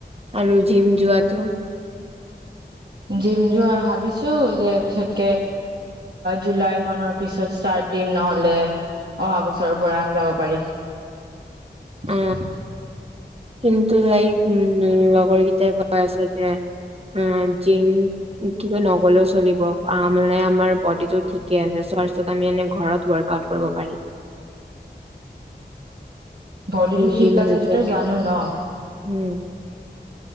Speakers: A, on the right; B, on the right.
A: আৰু জিম যোৱাটো?
B: জিম যোৱা ভাবিছো যে পিছতকে জুলাই মানৰ পিছত ষ্টাৰ্ট দিম নহ'লে অহা বছৰৰ পৰা যাব পাৰি। <unintelligible>
A: অ কিন্তু লাইক উম, লগৰকেইটাই কৈ আছে যে অ', জিম কি নগলেও চলিব মানে আমাৰ ব'ডিটো ঠিকে আছে চ্থত আমি এনে ঘৰত ৱৰ্ক আউট কৰিব পাৰি।
B: বডিটো ঠিক
A: জিম
B: আছেতই
A: নোযোৱাকে
B: জানো ন'।
A: উম